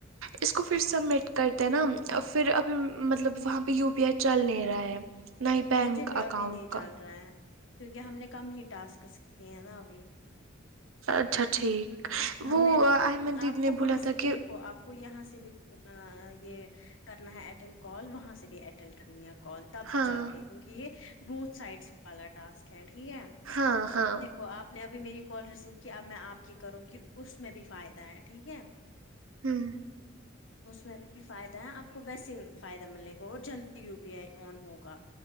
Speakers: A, on the right; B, on the left.
A: اس کو پھر سبمٹ کرتے نا پھر ابھی مطلب وہاں پہ یو پی آئی چل نہیںے رہا ہے نہ ہی بینک
B: مجھے بھی
A: اکاؤنٹ
B: ابھی نہیں
A: کا
B: چل رہا ہے کیونکہ ہم نے کم ہی ٹاسک کیے ہیں نا ابھی
A: اچھا ٹھیک
B: ہمیں
A: وہ آحمن دیدی
B: آپ
A: نے
B: کو
A: بولا
B: وہاں
A: تھا
B: سے
A: کہ
B: بھی دیکھو آپ کو یہاں سے بھی یہ کرنا ہے اٹینڈ کال وہاں سے بھی اٹینڈ کرنی ہے کال تب
A: ہاں
B: جا کے کیونکہ یہ بوتھ سائڈس والا ٹاسک ہے ٹھیک ہے
A: ہاں ہاں
B: دیکھو آپ نے ابھی میری کال ریسیو کیا اب میں آپ کی کروں گی اس میں بھی فائدہ ہے ٹھیک ہے
A: ہمم
B: اس میں بھی فائدہ ہے آپ کو ویسے فائدہ ملے گا اور جلدی یو پی آئی آن ہوگا